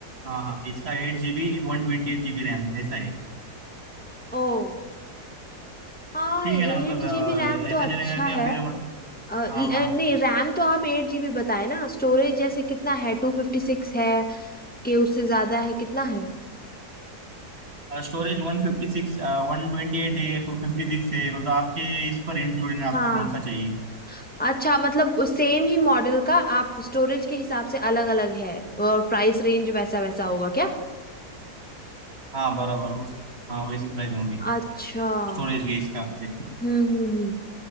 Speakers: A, on the right (about 40°); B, in the centre.
A: हाँ हाँ इसका eight G B one twenty eight G B RAM ऐसा है
B: ओ हाँ
A: ठीक
B: एट
A: है ना मतलब अ,
B: जीबी रैम तो
A: ऐसा
B: अच्छा
A: चलेगा क्या
B: है
A: फिर मतलब
B: अ,
A: हाँ
B: ल-
A: हाँ
B: अ, नहीं रैम तो आप एट जीबी बताए ना स्टोरेज जैसे कितना है टू फिफ्टी सिक्स है कि उससे ज्यादा है कितना है
A: Storage one fifty six one twenty eight है टू फिफ्टी सिक्स है मतलब आपके इस पर इंक्लूडेड है
B: हाँ
A: आपको कौन सा चाहिए
B: अच्छा मतलब सेम ही मॉडल का आप स्टोरेज के हिसाब से अलग अलग है और प्राइस रेंज वैसा वैसा होगा क्या
A: हाँ बराबर उस हाँ वैसी प्राइस होंगी
B: अच्छा
A: स्टोरेज
B: हम्म
A: के हिसाब से
B: हम्म हम्म।